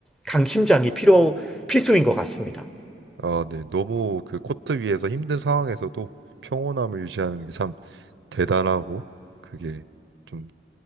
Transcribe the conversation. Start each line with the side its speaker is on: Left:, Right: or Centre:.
Centre: 강심장이 필요, 필수인 것 같습니다.
Right: 아, 네. 너무 그 코트 위에서 힘든 상황에서도 평온함을 유지하는 게 참 대단하고 그게 좀